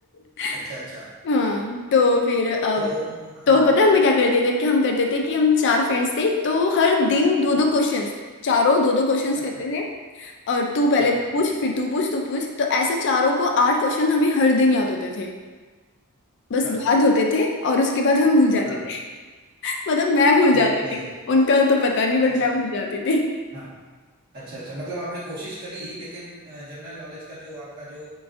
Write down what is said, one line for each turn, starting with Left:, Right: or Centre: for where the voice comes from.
Left: <laughs>
Right: अच्छा अच्छा
Left: हाँ तो फिर अब
Right: तो
Left: तो
Right: हाँ
Left: पता है हम क्या करते थे कि हम करते थे कि हम चार फ्रेंड्स थे तो हर दिन दो
Right: हम्म,
Left: दो क्वेश्चंस चारों दो दो क्वेश्चंस
Right: अच्छा
Left: करते थे और तू पहले
Right: हाँ
Left: तू पूछ फिर तू पूछ तू पूछ तो ऐसे चारों को आठ क्वेश्चन हमें हर दिन याद होते थे बस
Right: अच्छा
Left: याद होते थे और उसके बाद हम भूल जाते
Right: हाँ
Left: थे <laughs> मतलब मैं भूल जाती
Right: ओके
Left: थी उनका तो पता नहीं बट
Right: अच्छा
Left: मैं भूल जाती थी
Right: हाँ अच्छा अच्छा मतलब आपने कोशिश करी लेकिन जनरल नॉलेज का जो आपका जो